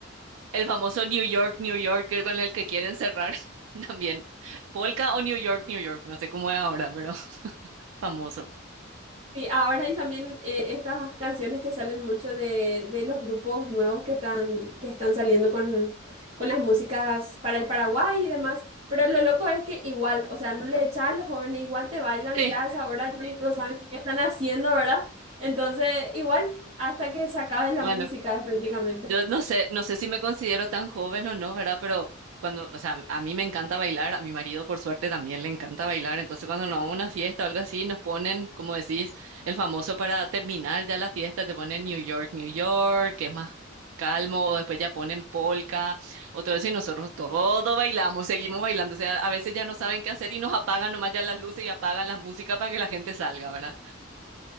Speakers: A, on the right; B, on the right.
A: el famoso New York, New York, que con el que quieren cerrar <laughs> también. Polka o New York, New York. No sé cómo es ahora, pero <laughs> famoso.
B: Sí, ahora y también eh, estas canciones que salen mucho de, de los grupos nuevos que están, que están saliendo con, con las músicas para el Paraguay y demás, pero lo loco es que igual, o sea, no le echa a los jóvenes, igual te bailan
A: Sí,
B: ya a esa hora, ya no saben qué están haciendo, ¿verdad? Entonces, igual, hasta que se acabe la
A: bueno.
B: música prácticamente.
A: Yo no sé, no sé si me considero tan joven o no, ¿verdad? Pero cuando, o sea, a mí me encanta bailar, a mi marido por suerte también le encanta bailar, entonces cuando nos vamos a una fiesta o algo así, nos ponen, como decís, el famoso para terminar ya la fiesta, te ponen New York, New York, que es más calmo, o después ya ponen polka, o todo eso, y nosotros todo bailamos, seguimos bailando, o sea, a veces ya no saben qué hacer y nos apagan nomás ya las luces y apagan la música para que la gente salga, ¿verdad?